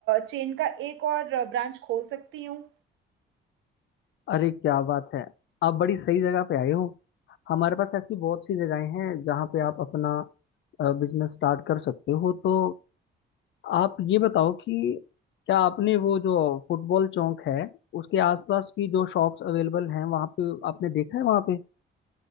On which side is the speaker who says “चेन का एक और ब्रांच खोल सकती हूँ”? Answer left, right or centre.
Right